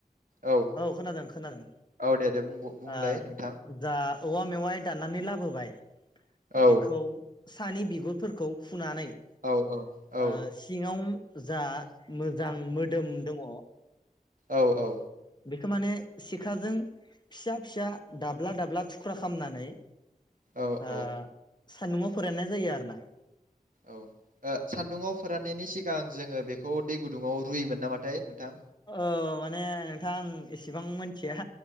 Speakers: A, on the right; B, on the left.
A: औ
B: खोनादों खोनादों
A: औ दे दे बुं बुंलाय
B: ओ
A: नोंथां
B: जा औवा मेवाय दाननानै लाबोबाय
A: औ
B: बेखौ सानि बिगुरफोरखौ फुनानै ओ
A: औ औ औ
B: सिङाव जा मो मोजां मोदोम दङ'।
A: औ औ
B: बेखौ माने सिखाजों फिसा फिसा दाब्ला दाब्ला थुख्रा खामनानै। आ
A: औ औ
B: सान्दुंङाव फोरायनाय जायो आरो ना
A: औ ओ सान्दुंङाव फोराननायनि सिगां जोङो बेखौ दै गुदुङाव रुयोमोन नामाथाय नोंथां
B: औ माने नोंथाङा आं एसेबां मिथिया।